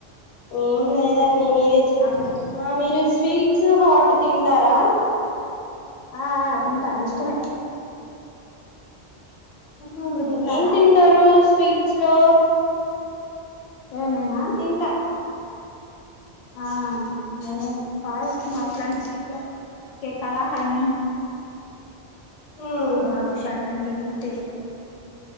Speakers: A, on the left (about 80°); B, on the left (about 55°).
A: ఏం లేదండి మీరే చెప్
B: కూడా
A: ఆ మీరు స్వీట్స్ హాట్ తింటారా
B: ఆ ఆ తింటా ఇష్టమే
A: హ
B: మీరు తింటారా
A: ఏం తింటారు స్వీట్స్ లో
B: ఏ నేనా
A: తింటా
B: ఆ నేనే ఫయి మా ఫ్లాంటి సీట్లో ఏకల కానీ
A: ఉమ్
B: ఆ బాదుషా అట్లాటి అంటే ఇష్టం